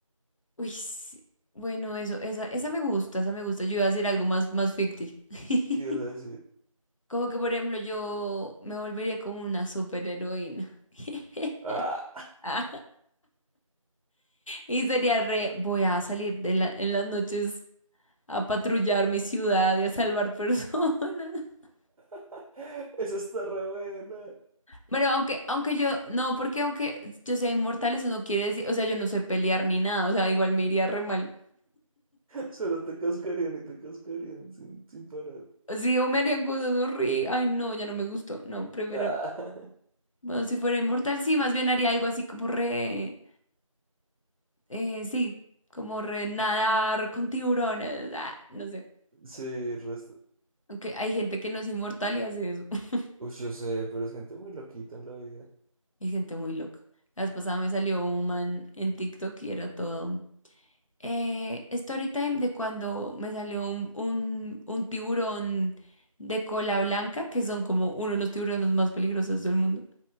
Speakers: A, on the left; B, on the right.
A: Uy, sí. Bueno, eso, esa, esa me gusta, esa me gusta. Yo iba a decir algo más, más ficti. <laughs>
B: ¿Qué ibas a decir?
A: Como que, por ejemplo, yo me volvería como una superheroína. <laughs>
B: Ah,
A: Ah, y sería re, voy a salir de la- en las noches a patrullar mi ciudad y a salvar personas. <laughs>
B: <laughs> esa está re buena.
A: Bueno, aunque, aunque yo, no, porque aunque yo sea inmortal, eso no quiere decir, o sea, yo no sé pelear ni nada, o sea, igual me iría re mal.
B: Solo te cascarían y te cascarían sin, sin parar.
A: Sí, o me harían cosas horribles. Ay, no, ya no me gustó. No, prefiero.
B: Ah,
A: Bueno, si fuera inmortal, sí, más bien haría algo así como re, eh, sí, como re nadar con tiburones, ah, no sé.
B: <laughs> sí, resto.
A: Aunque hay gente que no es inmortal y hace eso. <laughs>
B: Uy, yo sé, pero es gente muy loquita en la vida.
A: Hay gente muy loca. La vez pasada me salió un man en TikTok y era todo. Eh, story time de cuando me salió un, un, un tiburón de cola blanca, que son como uno de los tiburones más peligrosos del mundo.